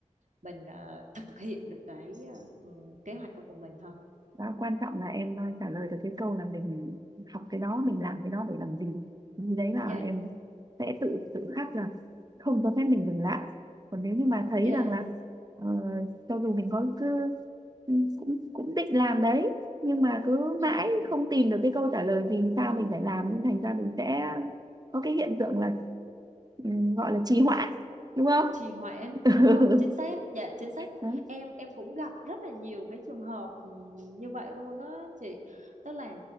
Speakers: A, on the right; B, on the right.
A: mình à, thực hiện được cái à, ừ, kế hoạch đó của mình thôi
B: đó quan trọng là em ờ, trả lời được cái câu là mình học cái đó mình làm cái đó để làm gì vì đấy là
A: dạ
B: em sẽ tự tự khắc là không cho phép mình dừng lại còn nếu như mà thấy
A: dạ
B: rằng là ờ, cho dù mình có cứ ừ, cũng cũng định làm đấy nhưng mà cứ
A: ừ.
B: mãi không tìm được cái câu trả lời vì sao mình phải làm nên thành ra mình sẽ có cái hiện tượng là ừ, gọi là trì hoãn đúng không
A: trì hoãn
B: <laughs>
A: đúng không chính xác dạ chính xác
B: Đấy.
A: em em cũng gặp rất là nhiều cái trường hợp ừ, như vậy luôn đó chị tức là